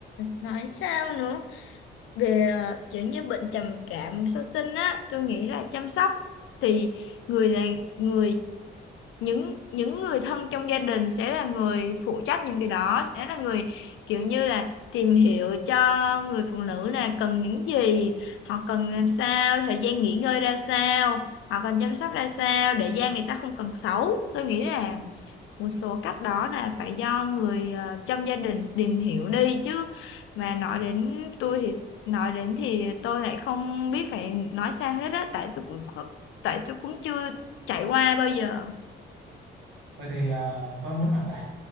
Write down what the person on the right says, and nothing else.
Vậy thì à, tôi muốn hỏi bạn,